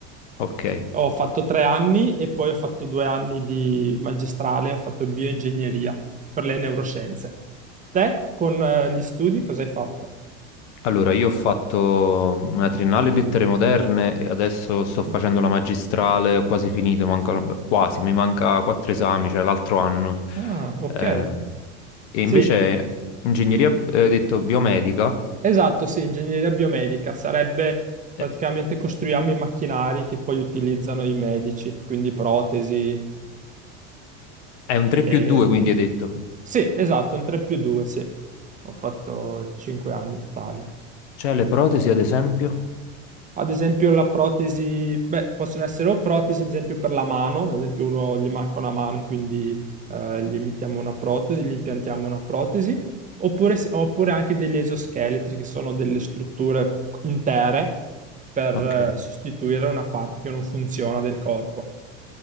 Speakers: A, on the left; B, on the right.
A: Ok.
B: Ho fatto tre anni e poi ho fatto due anni di magistrale, ho fatto bioingegneria per le neuroscienze. Te con eh, gli studi cosa hai fatto?
A: Allora, io ho fatto una triennale in lettere moderne e adesso sto facendo
B: Eh?
A: la magistrale, ho quasi finito, mancano, beh, quasi, mi manca quattro esami, cioè l'altro anno.
B: Ah, ok.
A: Ehm, e invece
B: Sì,
A: ingegneria, eh, hai detto, biomedica,
B: Esatto, sì, ingegneria biomedica sarebbe praticamente
A: eh,
B: costruiamo i macchinari che poi utilizzano i medici, quindi protesi
A: è un 3 più
B: e...
A: 2, quindi hai detto.
B: Sì, esatto, un 3 più 2, sì. Ho fatto 5 anni totali.
A: Cioè le protesi, ad esempio?
B: Ad esempio la protesi, beh, possono essere o protesi, ad esempio per la mano, ad esempio uno gli manca una mano e quindi eh, gli mettiamo una protesi, gli impiantiamo una protesi, oppure, se- oppure anche degli esoscheletri che sono delle strutture intere per
A: Ok.
B: eh, sostituire una parte che non funziona del corpo.